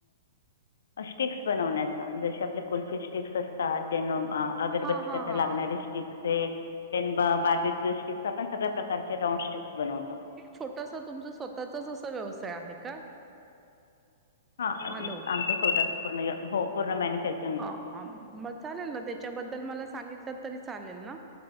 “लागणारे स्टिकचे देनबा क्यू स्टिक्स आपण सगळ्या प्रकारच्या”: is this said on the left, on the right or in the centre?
Left